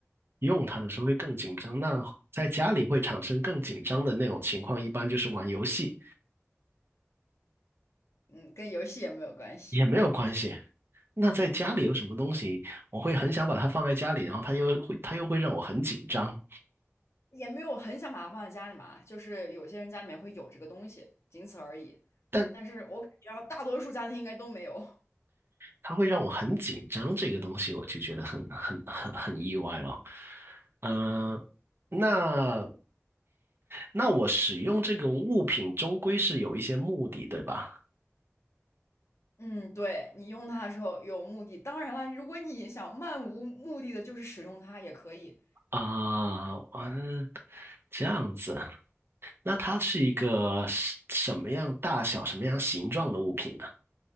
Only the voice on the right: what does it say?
用它的时候会更紧张。那在家里会产生更紧张的那种情况，一般就是玩游戏，
也没有关系。那在家里有什么东西，我会很想把它放在家里，然后它又会它又会让我很紧张，
但
它会让我很紧张这个东西，我就觉得很很很很意外了。嗯、那那我使用这个物品终归是有一些目的，对吧？
啊，嗯，这样子。那它是一个什什么样大小、什么样形状的物品呢？